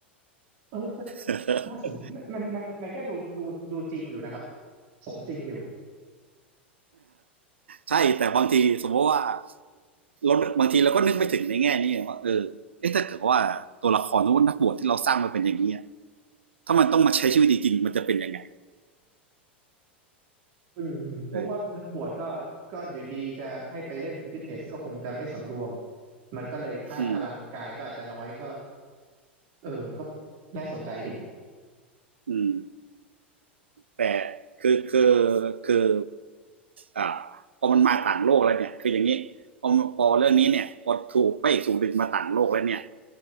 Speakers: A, on the right (about 50°); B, on the right (about 75°).
A: เออก็
B: <laughs>
A: น่าสนมันมันมันก็ดูดูดูจริงอยู่นะครับสมจริงอยู่
B: ใช่แต่บางทีสมมติว่าเราบางทีเราก็นึกไม่ถึงในแง่นี้ว่าเออเอ๊ะถ้าเกิดว่าตัวละครนักบวชที่เราสร้างมาเป็นอย่างนี้ถ้ามันต้องมาใช้ชีวิตจริงมันจะเป็นยังไง
A: อืมอืมเพราะว่านักบวชก็ก็อยู่ดีๆจะให้ไปเล่นฟิตเนสก็คงจะไม่สำรวม
B: เออ
A: มันก็เลยค่าพลังกายก็อาจจะน้อยก็
B: อืม
A: เออมันก็น่าสนใจดี
B: อืมแต่คือคือคือ อ่าพอมันมาต่างโลกแล้วเนี่ยคืออย่างนี้พอพอเรื่องนี้เนี่ยพอถูกพระเอกถูกดึงมาต่างโลกแล้วเนี่ย